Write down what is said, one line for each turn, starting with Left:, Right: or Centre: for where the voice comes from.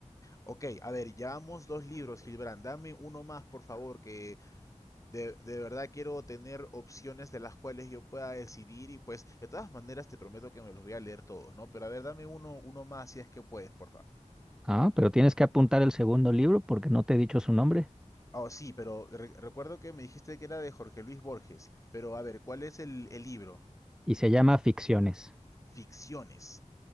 Left: Ok, a ver, llevamos dos libros, Gilbrand. Dame uno más, por favor, que de, de verdad quiero tener opciones de las cuales yo pueda decidir y pues de todas maneras te prometo que me los voy a leer todos, ¿no? Pero a ver, dame uno, uno más si es que puedes, por favor.
Centre: Ah, pero tienes que apuntar el segundo libro porque no te he dicho su nombre
Left: Ah, sí, pero re- recuerdo que me dijiste que era de Jorge Luis Borges, pero a ver, ¿cuál es el, el libro?
Centre: y se llama Ficciones.
Left: Ficciones.